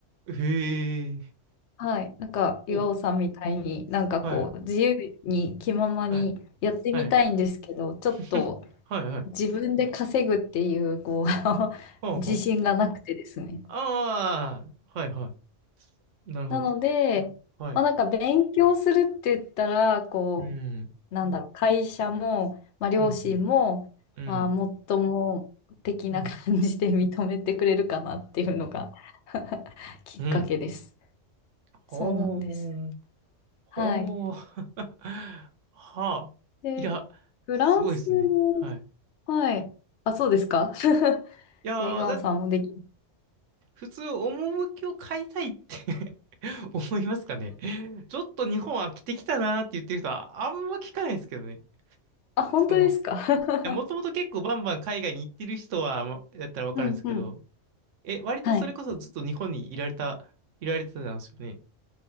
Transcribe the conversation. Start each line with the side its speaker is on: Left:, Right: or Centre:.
Right: へえ。
Left: はい、なんか、岩尾さんみたいに、
Right: おう、
Left: なんかこう、
Right: はい、
Left: 自由に気ままにやってみたいんですけど、
Right: はい、はい、
Left: ちょっと
Right: <laughs> はい、はい。
Left: 自分で稼ぐっていう、こう、<laughs>
Right: ほうほう。
Left: 自信がなくてですね。
Right: ああ、はい、はい。なるほど。
Left: なので、
Right: はい。
Left: まあ、なんか勉強するって言ったら、こ
Right: うん、
Left: う、なんだろう、会社も、まあ、両親も、
Right: うん、うん、うん、
Left: まあ、もっとも的な感じで認めてくれるかなっていうのが
Right: うん。
Left: <laughs> きっかけです。
Right: うん。
Left: そうなんです。
Right: おー。ほう。
Left: はい。
Right: <laughs> はあ。
Left: で、
Right: いや、
Left: フランスも、
Right: すごいですね。はい。
Left: はい。あ、そうですか。<laughs>
Right: いやー、
Left: いや、岩尾さんもでき、
Right: だ、普通、趣を変えたいって <laughs> 思いますかね。ちょっと日本飽きてきたなーって言ってる人は、あんま聞かないですけどね。
Left: あ、本当ですか。
Right: その、いや、もともと結構バンバン海外に行ってる人は、まだったらわかるんですけど、
Left: <laughs> うんうん。
Right: え、割とそれこそずっと日本にいられた、
Left: はい。
Right: いられてたんですよね。